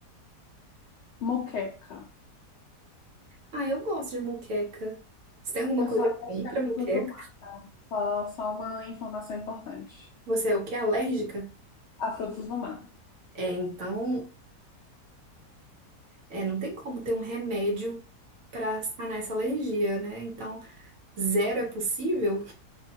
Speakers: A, on the left; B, on the right.
A: moqueca.
B: Ah, eu gosto de moqueca. Você tem alguma
A: Eu
B: coisa
A: só acho
B: para ir
A: que
B: para
A: é fruta
B: moqueca?
A: do mar. Só, só uma informação importante.
B: Você é o que? Alérgica?
A: A fruta do mar.
B: É, então. É, não tem como ter um remédio para sanar essa alergia, né? Então, zero é possível?